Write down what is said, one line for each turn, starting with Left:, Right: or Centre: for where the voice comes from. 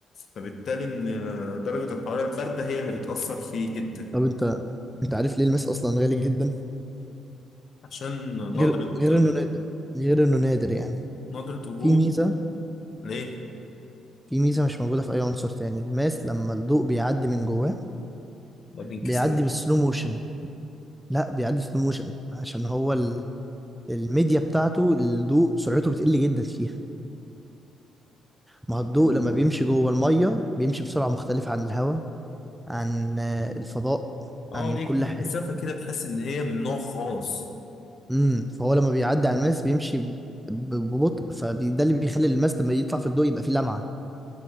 Left: فبالتالي إن درجة الحرارة الباردة هي اللي بتأثر فيه جدا
Centre: طب انت انت عارف ليه الماس اصلا غالي جدا
Left: عشان نضرة
Centre: غير غير انه نادر غير انه نادر يعني
Left: نضرة وجود
Centre: في ميزة
Left: ليه؟
Centre: في ميزة مش موجودة في اي عنصر تاني الماس لما الضوء بيعدي من جواه
Left: ما بينكسرش
Centre: بيعدي بالسلو موشن لا بيعدي سلو موشن عشان هو ال... الميديا بتاعته الضوء سرعته بتقل جدا فيها ما هو الضوء
Left: حلو
Centre: لما
Left: خالص.
Centre: بيمشي جوه المية بيمشي بسرعة مختلفة عن الهواء عن آه، الفضاء
Left: اه
Centre: عن
Left: ليك
Centre: كل
Left: ليك
Centre: حاجة
Left: مسافة كده تحس إن هي من نوع خاص
Centre: امم فهو لما بيعدي على الماس بيمشي ب- ببطء فده اللي بيخلي الماس لما يطلع في الضوء يبقى فيه لمعة